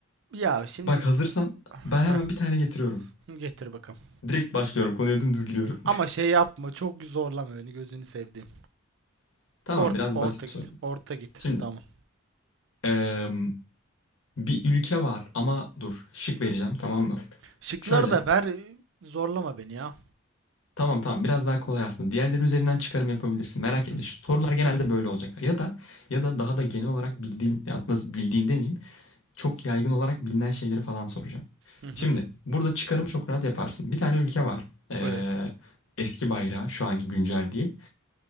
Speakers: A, on the right (about 65°); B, on the left (about 80°).
A: Ya şimdi
B: Bak hazırsan ben hemen
A: Heh,
B: bir tane getiriyorum.
A: getir bakalım.
B: Direkt başlıyorum. Konuya dümdüz giriyorum.
A: Ama şey yapma, çok zorlama beni gözünü sevdiğim.
B: <laughs> Tamam
A: Ort
B: biraz basit
A: orta git.
B: sorayım.
A: Orta git.
B: Şimdi.
A: Tamam.
B: eee Bir ülke var ama dur şık vereceğim tamam mı?
A: Şıkları
B: Şöyle.
A: da ver, e, zorlama beni ya.
B: Tamam tamam biraz daha kolay aslında. Diğerleri üzerinden çıkarım yapabilirsin. Merak
A: Hı hı.
B: etme. Şu sorular genelde böyle olacak. Ya da ya da daha da genel olarak bildiğin aslında bildiğin demeyeyim. Çok yaygın olarak bilinen şeyleri falan soracağım.
A: Hı hı.
B: Şimdi burada çıkarım çok rahat yaparsın. Bir tane ülke var. Ee,
A: Evet.
B: eski bayrağı şu anki güncel değil.